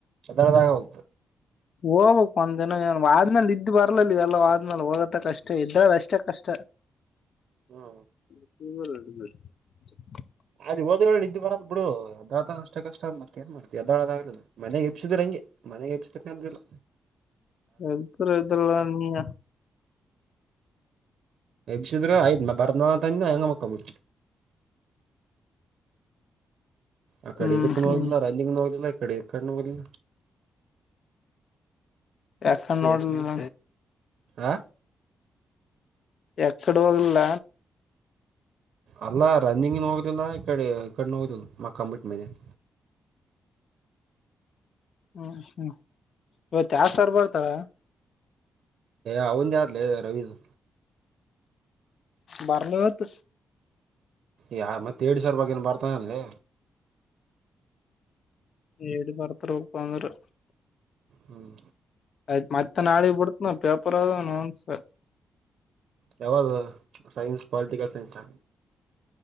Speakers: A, on the right; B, on the left.
A: ಅದಳ ದಾಗ ಬಲ್ತ
B: ಹೋಗ್ಬೇಕಕ್ ಒಂದ್ನ ಆದ್ಮೇಲೆ ಇದ್ ಬರ್ಲಿಲ್ಲ ಎಲ್ಲ ಆದ್ಮೇಲೆ ಹೋಗತ್ತ ಕಷ್ಟ ಇದ್ರದ ಅಷ್ಟೇ ಕಷ್ಟ
A: ಹ್ಮ್
B: ಹ
A: ಅದ ಓದ್ ಇದ್ ಬರದ್ ಬಿಡು ಅದ್ದಳ್ತ ಅಷ್ಟ ಕಷ್ಟ ಅ ಮತ್ತೇಏನ್ ಮಾಡತತಿಿದ್ದಾಳ ಆದ ಮನೆಗೆ ಎಬ್ಸಿದ್ರಂಗೆ ಮನೆಗೆ ಅಬಿಸ್ತನ ಅ್ದಲ್ಲ
B: ಎಲ್ತರ ಇದಲ್ಲ ನೀಯ
A: ಎಬ್ಸಿದ್ರ ಆಯದ್ಮ್ಮ ಬರ್ದವ ಅಂತಂದ ಹೆಂಗ ಮಕ್ಕಂಬ ಆ ಕಡೆ
B: ಹ್ಮ್
A: ಇದಕ್ಕೂ ಹೋಗದಿಲ್ಲ
B: ಹ್ಮ್
A: ರಂದಿಂಗ ನ ಹೋಗುದಿಲ್ಲ ಕಡ ಕ್ಣ ಬಲ್ಲ
B: ಎಕ್ಕಡೆ ಹೋಗಿಲ್ಲ
A: ಆ
B: ಎಕ್ಕಡ ಹೋಗಿಲ್ಲ
A: ಅಲ್ಲ ರನ್ನಿಂಗ್ ಹೋಗುದಿಲ್ಲ ಈಡೆ ಈ ಕಡೆ ಹೋಗುದಿಲ್ಲ ಮ ಕಂಬಿಟ್ ಮೇನೆ <inaudible>
B: ಹ್ಮ್ ಹ್ಮ್ ಇವತ್ ಯ ಸರ್ ಬರ್ತಾರ
A: ಹವನ್ ದತಲ ರವಿದು
B: ಬರ್ಲತ್
A: ಯಾರ ಮತ್ತೆ ಎಡ್ ಸಾವರ್ ಬಗ್ಗೆನ ಬರ್ತಾನೆ ಅಲ್ಲಿ
B: ಏಡು ಬರತ್ರರ ಪಂದರು
A: ಹ್ಮ್
B: ಆಯ್ತ್ ಮತ್ತನ್ ಆಡಿ ಬಿಡ್ತ ನ ಪೇಪರ್ ಅದನ್ಸ
A: ಯಾವ್ದ ಸೈನ್ಸ್ ಪಾಲಿಟಿಕಲ್ ಸೈನ್ಸ್